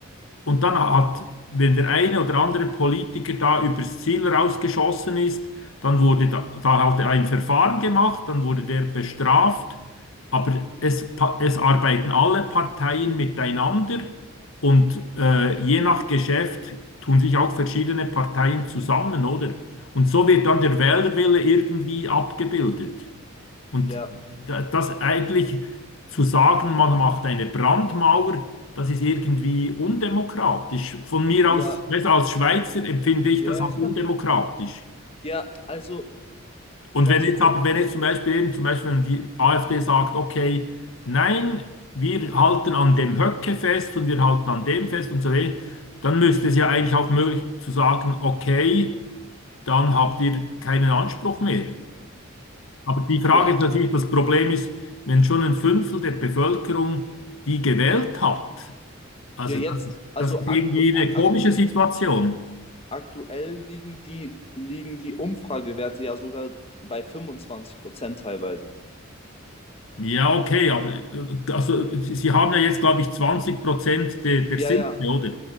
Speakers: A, on the left; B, on the left.
A: Und dann hat, wenn der eine oder andere Politiker da übers Ziel rausgeschossen ist, dann wurde da, da halt ein Verfahren gemacht, dann wurde der bestraft. Aber es, pa- es arbeiten alle Parteien miteinander und äh, je nach Geschäft tun sich auch verschiedene Parteien zusammen, oder? Und so wird dann der Wählerwille irgendwie abgebildet. Und
B: Ja,
A: da- das eigentlich zu sagen, man macht eine Brandmauer, das ist irgendwie undemokratisch. Von mir
B: ja,
A: aus, weißt du, als Schweizer empfinde ich
B: ja,
A: das als
B: ja, klar.
A: undemokratisch.
B: Ja, also,
A: Und
B: sagen
A: wenn
B: wir es
A: jetzt
B: mal
A: aber,
B: so.
A: wenn jetzt zum Beispiel eben, zum Beispiel, wenn die AfD sagt, okay, nein, wir halten an dem Höcke fest und wir halten an dem fest und so weiter, dann müsste es ja eigentlich auch möglich zu sagen, okay, dann habt ihr keinen Anspruch mehr. Aber die Frage
B: Ja,
A: ist natürlich, das Problem ist, wenn schon ein Fünftel der Bevölkerung die gewählt hat, also
B: ja jetzt,
A: das ist,
B: also
A: das ist
B: aktu
A: irgendwie
B: aktu
A: eine komische Situation.
B: aktuell liegen die, liegen die Umfragewerte ja sogar bei 25 Prozent teilweise.
A: Ja, okay, aber äh, also, Sie haben ja jetzt, glaube ich, 20 Prozent der, der
B: Ja,
A: Sitze,
B: ja,
A: oder?